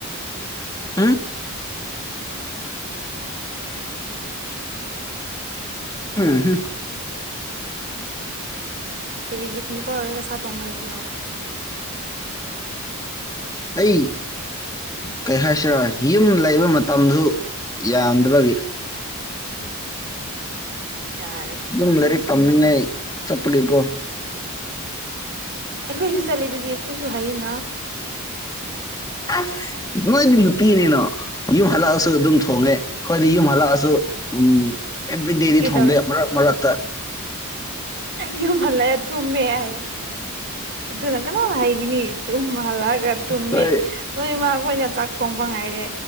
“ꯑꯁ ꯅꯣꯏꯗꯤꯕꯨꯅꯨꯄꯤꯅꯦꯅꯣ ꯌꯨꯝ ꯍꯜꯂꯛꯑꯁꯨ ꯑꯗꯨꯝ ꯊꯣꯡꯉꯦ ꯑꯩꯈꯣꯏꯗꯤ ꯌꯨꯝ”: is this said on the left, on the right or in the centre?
Left